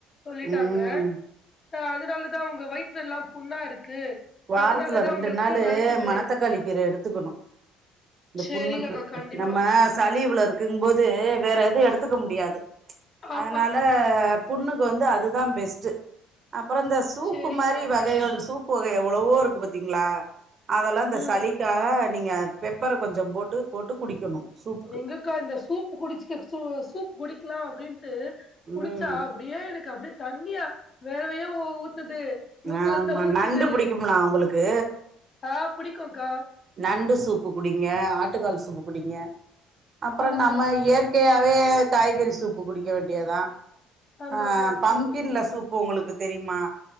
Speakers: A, on the left; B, on the right.
A: சொல்லிட்டாங்க
B: ம்
A: அ அதனாலதா உங்க வயித்துல எல்லா புண்ணா இருக்கு
B: வாரத்துல
A: அதனாலதா
B: ரெண்டு
A: உங்களுக்கு
B: நாளு
A: வலிக்குது
B: மணத்தக்காளி கீரை எடுத்துக்கணு இந்த
A: சேரிங்கக்கா
B: புண்ணுக்கு
A: கண்டிப்பா
B: நம்ம சலீ இவ்ளோ இருக்கு போது வேற எது எடுத்துக்க முடியாது
A: ஆமா
B: அதனால புண்ணுக்கு வந்து அதுதா பெஸ்டு அப்புறோ இந்த சூப்பு
A: சேரிங்கக்கா
B: மாரி வகைகள்
A: கண்டிப்பா
B: சூப்பு வகைகள் எவ்வளவோ இருக்கு பாத்தீங்களா அதெல்லா இந்த
A: ம்
B: சளிக்காக நீங்க பெப்பர கொஞ்ச போட்டு போட்டு குடிக்கணு சூப்புக்கு
A: எங்கக்கா இந்த சூப்பு குடிச்ச சூ சூப்பு குடி க்கலா அப்டின்ட்டு குடிச்சா
B: ம்
A: அப்டியே எனக்கு அப்டியே தண்ணியா வேறவையோ ஊத் ஊத்துது மூக்குல
B: ஆமா
A: இருந்து ஊத்துது
B: நண்டு புடிக்கும்லா உங்களுக்கு
A: ஆ புடிக்குங்க்கா
B: நண்டு சூப்பு குடிங்க ஆட்டுக்கால் சூப்பு குடிங்க அப்புறோ
A: ஆ
B: நம்ம
A: ஆ
B: இயற் கேயாவே காய்கறி சூப்பு குடிக்க வேண்டியதா
A: ஆமா
B: ஆ
A: கரெக்டா
B: பம்கின்ல
A: சொன்னீங்க
B: சூப்பு உங்களுக்கு தெரியுமா